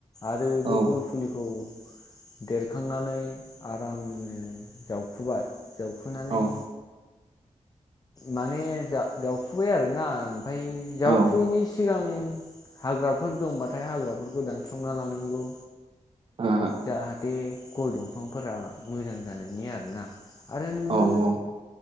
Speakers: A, on the left; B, on the right.
A: आरो बे
B: औ
A: गय फुलिखौ देरखांनानै आराम जावफुबाय जावखुानै
B: औ
A: माने जावखुबाय आरोना ओमफ्राय जावखुैनि
B: औ
A: सिगां हाग्राफोर दंबाथाय हाग्राफोरखौ दानस्रांना लानांगौ
B: आ
A: जाहाथे बे गय दंफांफोरा मोजां जानायनि आरोना आरो नोङो
B: औ औ।